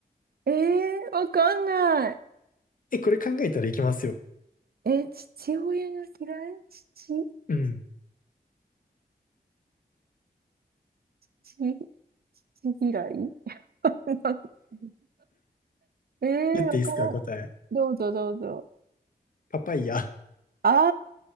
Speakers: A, on the right (about 70°); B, on the left (about 60°).
A: ええー、わかんない。
B: え、これ考えたらいきますよ。
A: え父親が嫌い父、
B: うん。
A: 父、父嫌い <laughs> ええー、
B: 言っていいですか、
A: わからん。
B: 答え。
A: どうぞどうぞ。
B: パパイヤ。
A: あ